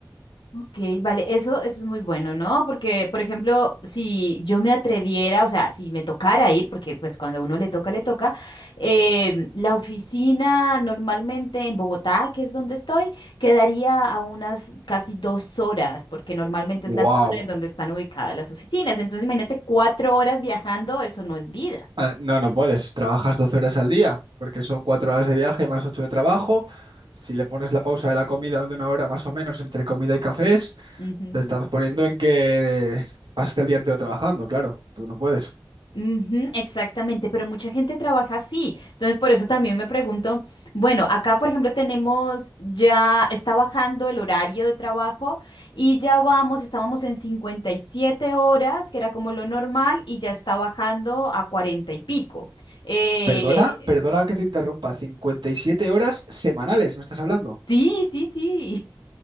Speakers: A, on the left; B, on the right.
A: Ok, vale, eso, eso es muy bueno, ¿no? Porque, por ejemplo, si yo me atreviera, o sea, si me tocara ir, porque pues cuando a uno le toca, le toca, eh, la oficina normalmente en Bogotá, que es donde estoy, quedaría a unas casi dos horas, porque normalmente
B: ¡Wow!
A: es la zona en donde están ubicadas las oficinas. Entonces, imagínate cuatro horas viajando, eso no es vida.
B: No, no puedes, trabajas doce horas al día, porque son 4 horas de viaje más 8 de trabajo. Si le pones la pausa de la comida de una hora más o menos entre comida y cafés,
A: Ujú.
B: te estás poniendo en que eh, pasaste el día entero trabajando, claro, tú no puedes.
A: Ujú, exactamente, pero mucha gente trabaja así. Entonces, por eso también me pregunto, bueno, acá, por ejemplo, tenemos ya, está bajando el horario de trabajo y ya vamos, estábamos en 57 horas, que era como lo normal, y ya está bajando a 40 y pico. Eh,
B: Perdona, perdona que te interrumpa, 57 horas semanales, ¿me estás hablando?
A: sí, sí, sí.